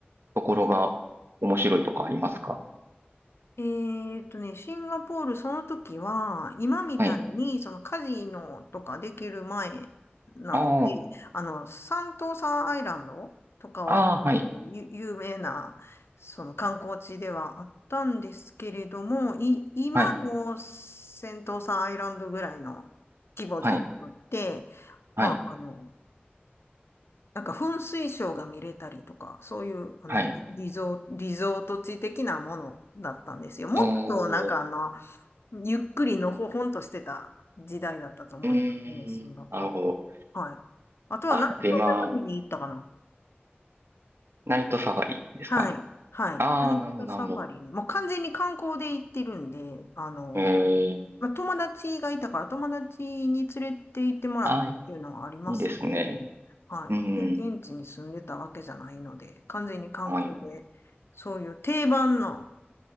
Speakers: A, on the right; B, on the left.
A: ところが面白いとかありますか
B: えーっとね、シンガポール、その時は、今みたいに、
A: はい。
B: そのカジノとかできる前なので、
A: あ
B: あの、サントーサーアイランドとかは、
A: あ、ああ、はい。
B: あのゆ有名な、その観光地ではあったんですけれども、い、今のセントーサーアイランドぐらいの規模じゃなくて、
A: はい。はい。
B: まあ、
A: はい。
B: あの、なんか噴水ショーが見れたりとか、そういう、あの、
A: はい。
B: リゾ、リゾート地的なものだったんですよ。もっとなんかあの、
A: おー、
B: ゆっくりのほほんとしてた時代だったと思いますね、
A: うーん、
B: シンガポール。
A: なるほど。
B: はい。あとはナイトサファリに行ったかな。
A: あ、で、今、ナイトサファリですか
B: はい。はい。
A: ああー、
B: ナイトサファリに。
A: なるほど、なるほど。
B: もう完全に観光で行ってるんで、あの、
A: ええ
B: まあ、友達がいたから、友達に連れて行ってもらったっていうのはありますけど、
A: あいいですね。
B: はい。
A: うん、
B: で現地に住んでたわけじゃないので、完全に観光で、
A: はい。
B: そういう定番の